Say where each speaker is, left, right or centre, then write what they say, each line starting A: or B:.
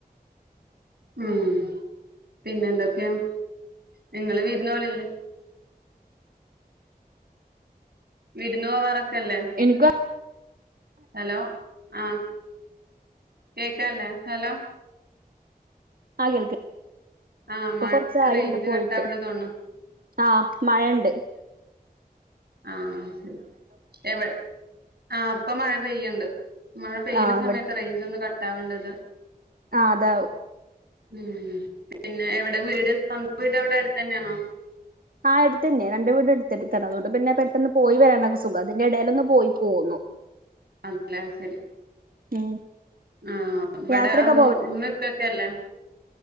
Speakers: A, on the right; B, on the right.
A: ഉം പിന്നെ എന്തൊക്കെയാ നിങ്ങള് വിരുന്ന് പോകലില്ലേ വിരുന്നു പോവാ റകെ ല്ലേ
B: എനിക്കും
A: ഹലോ ആഹ കേക്ക്ല്ലേ ഹലോ
B: ആ കേൾക്ക്
A: ആഹ്
B: ഇപ്പൊ
A: മഴക്ക്
B: കൊറച്ച ആയിണ്ട്
A: റേഞ്ച്
B: പോയിട്ട്
A: കട്ടാവണ്ട് തോന്നുണു
B: ആഹ മഴയുണ്ട്
A: ആഹ എവടെ ആ ഇപ്പ മഴ പെയ്യേണ്ട് മഴ പെയ്യണ
B: ആഹ്
A: സമയത്ത് റേഞ്ച് ഒന്ന് കട്ട ആവേണ്ടത്
B: ആ അതാവും
A: ഉം പിന്നെ എവിടെ വീട് സ്വന്തം വീട് എവിടെ അടുത്ത് തന്നെയാണോ
B: ആഹ അടുത്ത്തന്നെ രണ്ട് വീട് അടുത്ത്അടുത്താണ് അതുകൊണ്ട് പിന്നെ പെട്ടന്ന് പോയി വരാനൊക്ക സുഖം അതിന്റെഇടയിലൊന്ന് പോയി പോന്നു
A: അതെ ല്ലേ ശരി
B: ഉം
A: ആ ഇവിടെ
B: യാത്രയൊക്കെ
A: ഉമ്മ, ഉപ്പക്കെ ഇല്ലേ